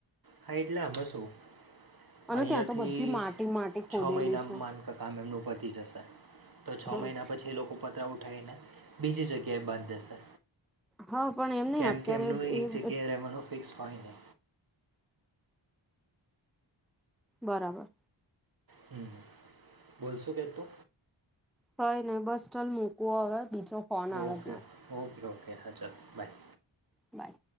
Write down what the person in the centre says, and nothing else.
અને ત્યાં તો બધી માટી માટી ખોદેલી
છે
હા
હા પણ એમ નહ
અત્યારે
એ
બરાબર
હય નને બસ ચાલ મૂકવો હવે બીજો ફોન આવે
છ.
બાય